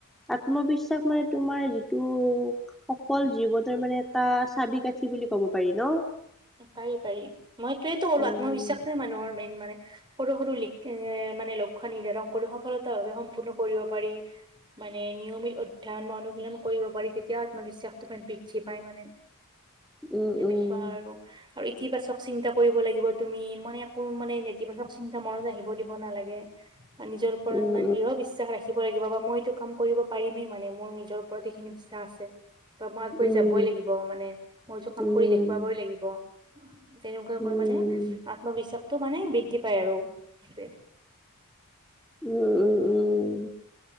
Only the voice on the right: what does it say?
পাৰি পাৰি, মই এইটোৱেইতো ক'লো
আত্মবিশ্বাসটোৱেই মানুহৰ মেইন মানে। সৰু সৰু লিক এ মানে লক্ষ্য নিৰ্ধাৰণ কৰি সফলতা ভাৱে সম্পূৰ্ণ কৰিব পাৰি। মানে নিয়মিত অধ্যয়ন বা অনুশীলন কৰিব পাৰি তেতিয়া আত্মবিশ্বাসতো মানে বৃদ্ধি পাই মানে।
তেনেকুৱা
আৰু। আৰু ইতিবাচক চিন্তা কৰিব লাগিব তুমি মানে একো মানে নেতিবাচক চিন্তা মনত আহিব কৰিব দিব নালাগে। নিজৰ ওপৰত
মানে দৃ়ঢ় বিশ্বাস ৰাখিব লাগিব বা মই এইটো কাম কৰিব পাৰিমেই মানে মোৰ নিজৰ ওপৰত এইখিনি বিশ্বাস <unintelligible> আছে, বা মই আগুৱাই
যাবই লাগিব মানে, মই এইটো কাম
কৰি দেখুৱাবই লাগিব। তেনেকুৱাকৈ
মানে
আত্মবিশ্বাসটো মানে বৃদ্ধি পায় আৰু সেইটোৱে।